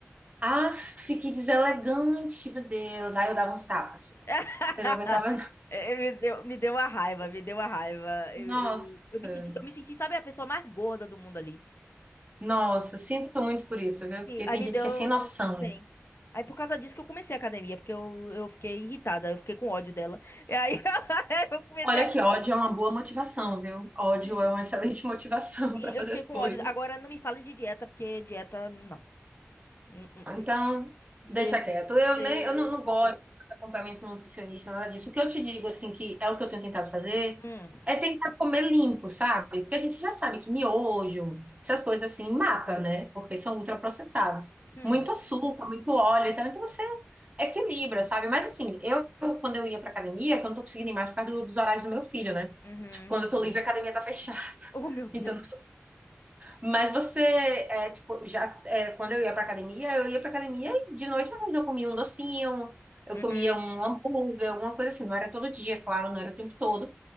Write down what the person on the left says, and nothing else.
<laughs>
É, Me deu, me deu uma raiva, me deu uma raiva.
Eu, eu, eu me senti, eu me senti, sabe, a pessoa mais gorda do mundo ali.
Sim, Aí
me
deu
100. Aí por causa disso que eu comecei a academia, porque eu, eu fiquei irritada, eu fiquei com ódio dela. E aí <laughs> eu comecei
a.
Sim,
eu
fiquei
com
ódio. Agora não me fale de dieta, porque dieta, não. Hum, hum,
hum. E-
de-
hum,
hum,
uhum,
uhum.
Oh, meu Deus.
Hum,
hum.